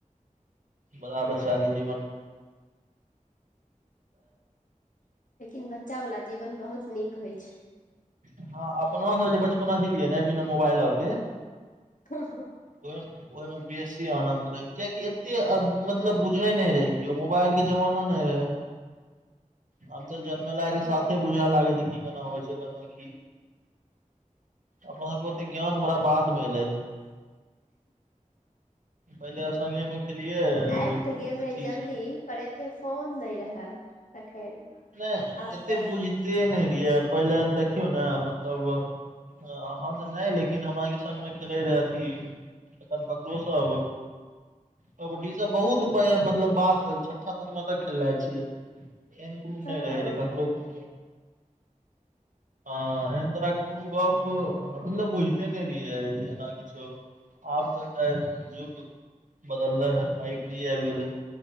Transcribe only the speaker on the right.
बड़ा बच्चा के जीवन
हँ अपना सब जे बचपना जियै ने बिना मोबाइलके
पर ओहिमें बेसी आनंद रहे कआकि एते आब मतलब बुझे नहि रहे कि ओ मोबाइल के जमाना नहि रहे आ तऽ जन्म ल के साथे बुझए लागे छै की केना होएछै कोना कि अब ज्ञान बड़ा बाद <unintelligible> मे एले है पहिले सगे मे खेलियए
कितथस
नहि
एते
बुझिते नहि रहियै पहिले देखियौ ने मतलब अहाँ तऽ नहि लेकिन हम अहाँके संग खेलैत रहए अथी एखैन पकड़ो सब कबड्डी से बहुत मतलब बात छठा सदमा तक खेलने छिए एन कोम
नहि रहै रे ककरो ओ आ एन तोरा कोनो गप मतलब बुझिते ने रियै जे एना आब तऽ खैर जुग बदलले हे फाइव जी आबि गेले